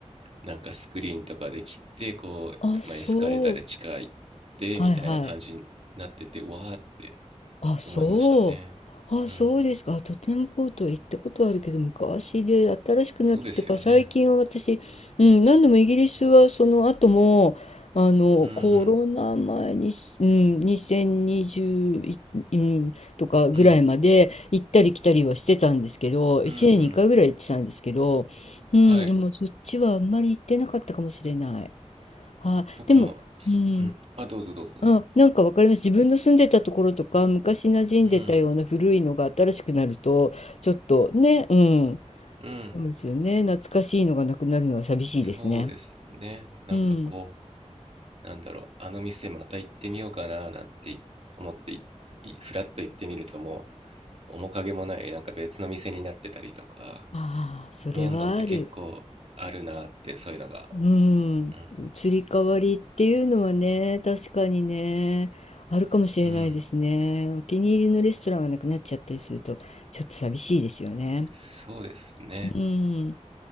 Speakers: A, on the right; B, on the left.
A: なんかスクリーンとかできてこう、
B: あ、そう。
A: まあ、エスカレーターで地下行ってみたいな感じになっててわーって
B: はいはい。あ、そう。
A: 思いましたねうん
B: あ、そうですか。あとてもコートは行ったことあるけど、昔で新しくなってか、
A: そうですよね
B: 最近は私、うん、何度もイギリスはその後も、あの、
A: うん
B: コロナ前に、うん、2020、うん、とかぐらいまで行ったり来たりはしてたんですけど、
A: うん
B: 1年に回ぐらい行ってたんですけど、
A: うんうん
B: うん、
A: はい
B: でもそっちはあんまり行ってなかったかもしれない。はい、
A: 僕もすうんあどうぞどうぞ
B: でも、うん、あ、なんかわかります。自分の住んでたところとか、昔馴染んでたような古いのが新しくなると、
A: うん
B: ちょっとね、うん、
A: うん
B: そうですよね。懐かしいのがなくなるのは寂しいですね。
A: そうですね。なんかこ
B: うん。
A: う、なんだろう、あの店また行ってみようかななんて思ってい、いふらっと行ってみるともう、面影もない、なんか別の店になってたりとか、
B: ああ、それはある。
A: ロンドンって結構あるなって、そういうのが。
B: うん。
A: うん。
B: 移り変わりっていうのはね、確かにね、あるかもしれないですね。
A: うん。
B: お気に入りのレストランがなくなっちゃったりすると、ちょっと寂しいですよね。
A: そうですね。
B: うん。